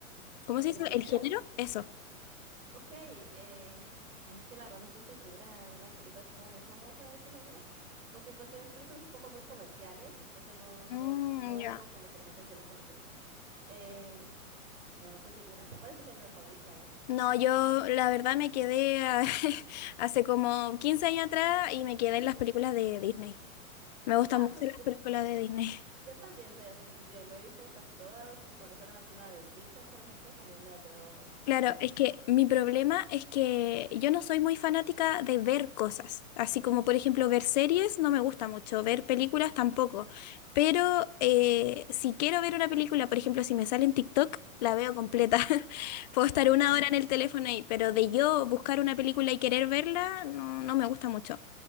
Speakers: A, on the left (about 30°); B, on the right (about 70°).
A: ¿cómo
B: ¿El
A: se dice?
B: género?
A: ¿El género? Eso.
B: Ok, eh, ay, es que la verdad no estoy segura, una película así como muy famosa de este género, porque pues son películas un poco muy comerciales, entonces no, no,
A: Mm,
B: no es
A: Ya.
B: algo como que la gente le suele conocer. Em, no, no estoy segura. ¿Cuál es tu género favorito? A ver.
A: No, yo la verdad me quedé a- <laughs> hace como 15 años atrás y me quedé en las películas de Disney. Me gustan
B: Ah,
A: mucho
B: pues
A: las
B: yo,
A: películas de Disney. <laughs>
B: yo también soy así, yo me he visto casi todas y cuando sale una, una de Pixar, por ejemplo, también me las veo
A: Claro,
B: todas.
A: es que mi problema es que yo no soy muy fanática de ver cosas, así como por ejemplo ver series no me gusta mucho, ver películas tampoco, pero eh, si quiero ver una película, por ejemplo, si me sale en TikTok, la veo completa. <laughs> Puedo estar una
B: <laughs>
A: hora en el teléfono ahí, pero de yo buscar una película y querer verla, no, no me gusta mucho.